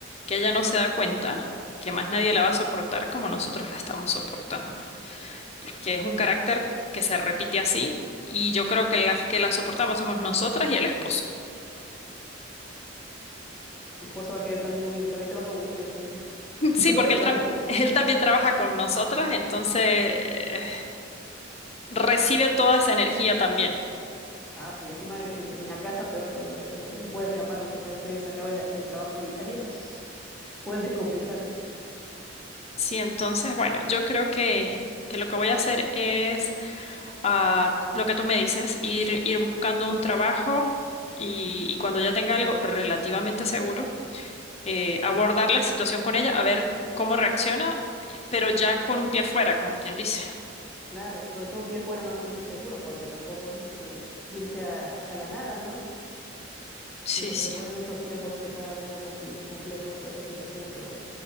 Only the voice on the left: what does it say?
que ella no se da cuenta que más nadie la va a soportar como nosotros la estamos soportando. porque es un carácter que se repite así y yo creo que las que la soportamos somos nosotras y el esposo. <laughs>
Sí,
porque
él,
tram- <laughs> él también trabaja con nosotras, entonces eh, recibe toda esa energía también.
Sí, entonces, bueno, yo creo que, que lo que voy a hacer es ah, lo que tú me dices, ir, ir buscando un trabajo y, y cuando ya tenga algo relativamente seguro, eh, abordar la situación con ella, a ver cómo reacciona, pero ya con un pie afuera, como quien dice.
Sí,
sí.